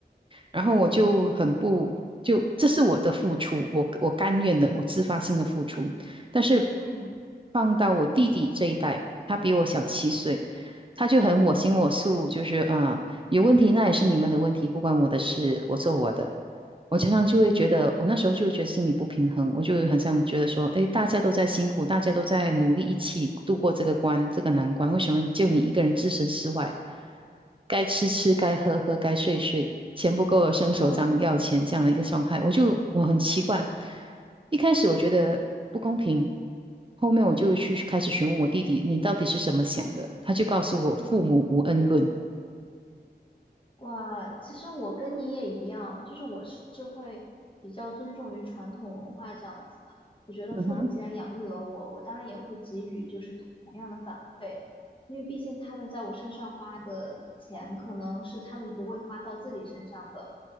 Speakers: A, on the right; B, on the left.
A: 然后我就很不，就这是我的付出，我我甘愿的，我自发性的付出。但是
B: 嗯，嗯
A: 放到我弟弟这一代，他比我小七岁，他就很我行我素，就是啊、有问题那也是你们的问题，不关我的事，我做我的。我常常就会觉得，我那时候就会觉得心里不平衡，我就会很想觉得说，诶，大家都在辛苦，大家都在努力，一起度过这个关，这个难关，为什么就你一个人置身事外？该吃吃，该喝喝，该睡睡，钱不够了伸手张要钱这样的一个状态，
B: 嗯
A: 我就我很奇怪。一开始我觉得不公平，后面我就去开始询问我弟弟，你到底是怎么想的？他就告诉我，
B: 嗯。
A: 父母无恩论。
B: 哇，其实我跟你也一样，就是我是是会比较尊重于传统文化这样子的。我觉得父母既然养育了我，
A: 嗯哼，
B: 我当然也会给予就是同样的反馈，因为毕竟他们在我身上花的钱，可能是他们不会花到自己身上的。